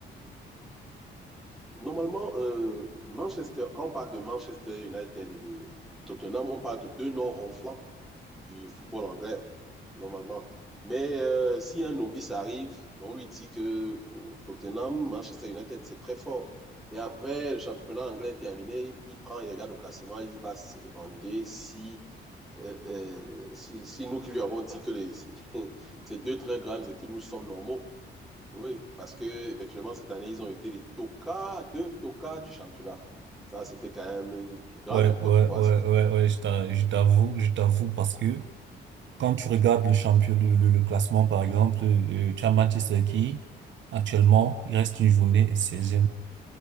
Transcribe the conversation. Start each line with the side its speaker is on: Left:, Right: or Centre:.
Centre: Normalement, euh, Manchester, quand on parle de Manchester United et de Tottenham, on parle de deux noms ronflants du football anglais, normalement. Mais euh, si un novice arrive, on lui dit que au Tottenham, Manchester United, c'est très fort. Et après, le championnat anglais est terminé, il prend, il regarde le classement, il va se demander si, euh, euh, si, si nous qui lui avons dit que les- <laughs> ces deux très grandes équipes, nous sommes normaux. Oui, parce que effectivement cette année, ils ont été les tocards, deux tocards du championnat. Ça, c'était quand même du grand
Right: Ouais,
Centre: n'importe
Right: ouais,
Centre: quoi.
Right: ouais,
Centre: C'est-
Right: ouais, ouais, je t'a- je t'avoue, je t'avoue parce que quand tu regardes le champion, le, le, le classement par exemple, euh, tu as Manchester qui, actuellement, il reste une journée et 16